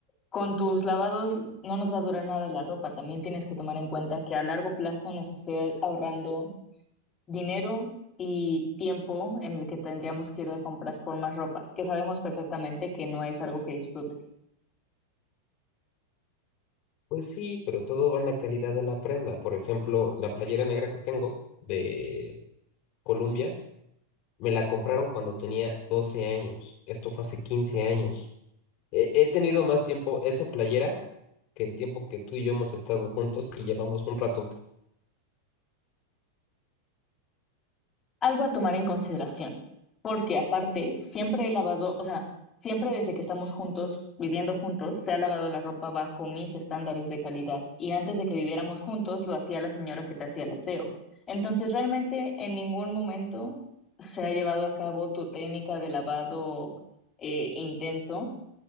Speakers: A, on the left (about 25°); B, on the left (about 40°).
A: Con tus lavados no nos va a durar nada la ropa, también tienes que tomar en cuenta que a largo plazo nos esté ahorrando dinero y tiempo en el que tendríamos que ir de compras por más ropa, que sabemos perfectamente que no es algo que disfrutes.
B: Pues sí, pero todo va en la calidad de la prenda. Por ejemplo, la playera negra que tengo de Colombia, me la compraron cuando tenía 12 años. Esto fue hace 15 años. He, he tenido más tiempo esa playera que el tiempo que tú y yo hemos estado juntos y llevamos un ratote.
A: algo a tomar en consideración, porque aparte siempre he lavado, o sea, siempre desde que estamos juntos, viviendo juntos, se ha lavado la ropa bajo mis estándares de calidad. Y antes de que viviéramos juntos, lo hacía la señora que te hacía el aseo. Entonces, realmente en ningún momento se ha llevado a cabo tu técnica de lavado eh, intenso,